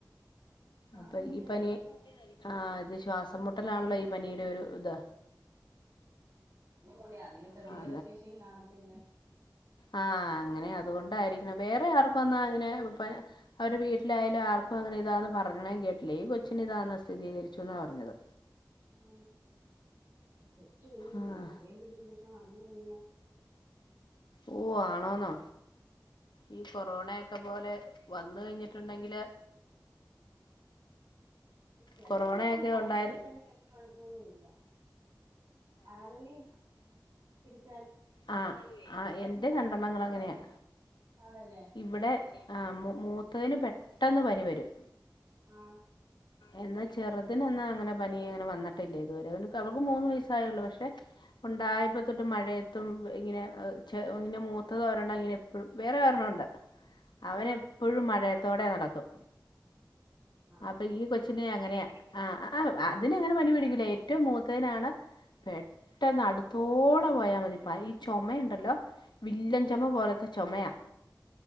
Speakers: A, on the right; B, on the left.
A: ശ്വാസം
B: അപ്പൊ
A: മുട്ടേതായിരിക്കുന്ന
B: ഈ പനി ആഹ് ഇത് ശ്വാസംമുട്ടലാണല്ലോ ഈ പനിയുടെ ഒരു ഇത്
A: അല്ലെ അതിന് പ്രതിരോധശേഷിം
B: ആഹ്
A: കാണത്തില്ല
B: ആഹ അങ്ങനെ അതുകൊണ്ടായിരിക്കണം വേറെ ആർക്കുംഅന്നാ അങ്ങനെ <unintelligible> അവര് വീട്ടിലായാലും ആർക്കും അങ്ങനെ ഇതാന്ന് പറഞ്ഞണം കേട്ടില്ലേ ഈ കൊച്ചിന ഇതാന്ന സ്ഥിതീകരിച്ചുന്നാ പറഞ്ഞത്
A: ഊ <unintelligible> ച്ചു കുഞ്ഞില്ലേ
B: ആഹ്
A: ഈ മഴയും പിടിച്ച് ഇതൊക്കെ വന്നു കയിഞ്ഞാൽ
B: ഓ ആണോന്നോ ഈ കൊറോണയൊക്കെ പോലെ വന്ന് കഴിഞ്ഞിട്ടുണ്ടെങ്കില്
A: ചെല
B: കൊറോണയൊക്കെ
A: പിള്ളേര്ണ്ട് പനി
B: ഉണ്ടായി
A: <unintelligible> ഇല്ല ആരോഗ്യം <unintelligible>
B: ആ ആ
A: മരുന്ന്
B: എന്റെ
A: കഴിച്ചാല്
B: രണ്ടെണ്ണങ്ങള്
A: സുഖാവും
B: അങ്ങനെയാ
A: ആന്നല്ലേ
B: ഇവിടെ ആ മൂ മൂത്തതിന് പെ ട്ടെന്ന് പനി വരും
A: ആ
B: എന്നാ ചെറ്തിന് ന്നാ അങ്ങനെ പനി വന്നിട്ടില്ലിതുവരെ അവള്ക്ക് മൂന്ന് വയ സായൊള്ളു പക്ഷെ ഉണ്ടായപ്പോ തൊട്ട് മഴയത്തും ഇങ്ങനെ ചെ ഇങ്ങനെ മൂത്തത് ഒരെണങ്ങനെ എപ്പഴ് വേറെ ഒരെണ്ണം ഉണ്ട് അവന്
A: ആഹ്
B: എപ്പഴും മഴയ ത്തോടെ നടക്കും
A: ആ
B: പ്പം ഈ കൊച്ചിനെ അങ്ങനെയ ആ
A: ആഹ്
B: ഏറ്റവും മൂത്തേനാണ് പെട്ടെന്ന് അട് ത്ത് പോയമതി പ ഈ ചോമയുണ്ടല്ലോ വില്ലൻ
A: ആഹ്
B: ചോമ പോലത്തെ ചോമയാ